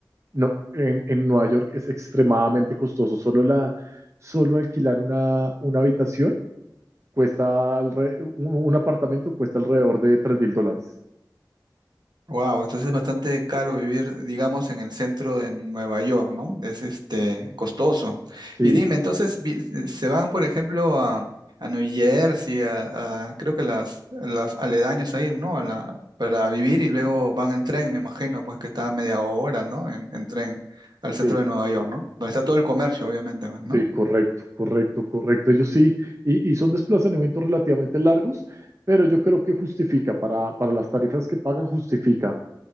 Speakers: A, on the right; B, on the right.
A: no, en, en Nueva York es extremadamente costoso. Solo, la, solo alquilar una, una habitación cuesta, alre- un, un apartamento cuesta alrededor de tres mil dólares.
B: Wow, entonces es bastante caro vivir, digamos, en el centro de Nueva York, ¿no? Es este costoso.
A: Sí,
B: Y dime, entonces vi- eh, se van, por ejemplo, a, a New Jersey, a, a- creo que las, las aledaños ahí, ¿no? A la- para vivir y luego van en tren, me imagino, pues que está a media hora, ¿no? En, en tren al centro
A: sí.
B: de Nueva York, ¿no? Donde está todo el comercio, obviamente, pues, ¿no?
A: Sí, correcto, correcto, correcto. Ellos sí, y, y son desplazamientos relativamente largos, pero yo creo que justifica para, para las tarifas que pagan, justifica.